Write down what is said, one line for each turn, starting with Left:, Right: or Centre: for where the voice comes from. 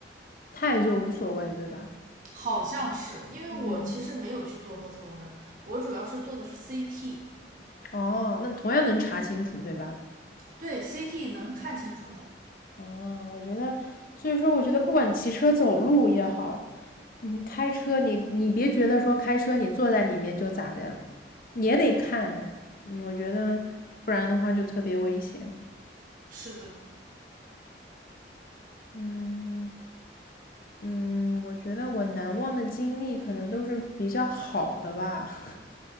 Left: 钛就无所谓，对吧？
Right: 好像是，因为我其实没有去做核磁共振，
Left: 嗯，
Right: 我主要是做的是 CT，
Left: 哦，那同样能查清楚，对吧？
Right: 对 CT 能看清楚的。
Left: 嗯，我觉得，所以说，我觉得不管骑车、走路也好，你开车，你你别觉得说开车你坐在里面就咋的，也得看呢。嗯，我觉得不然的话就特别危险。
Right: 是的，
Left: 嗯嗯，我觉得我难忘的经历可能都是比较好的吧。<laughs>